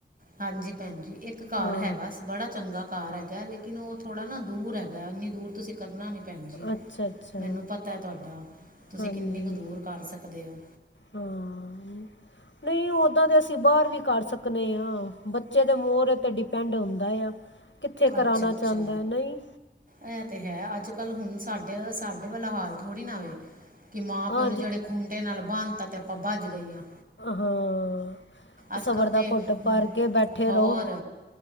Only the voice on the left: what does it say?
ਹਾਂ
ਅੱਛਾ ਅੱਛਾ
ਹਾਂਜੀ
ਹਾਂ ਨਹੀਂ ਓਹਦਾਂ ਤੇ ਅਸੀ ਬਾਹਰ ਵੀ ਕਰ ਸਕਨੇਂ ਆਂ, ਬੱਚੇ ਦੇ ਮੋਹਰੇ ਤੇ ਡਿਪੈਂਡ ਹੁੰਦਾ ਆ। ਕਿੱਥੇ ਕਰਾਉਣਾ
ਚਾਹੁੰਦਾ ਨਹੀਂ
ਹਾਂ
ਜ
ਹਾਂ
ਸਬਰ
ਦਾ
ਘੁੱਟ
ਭਰ ਕੇ ਬੈਠੇ
ਰਹੋ।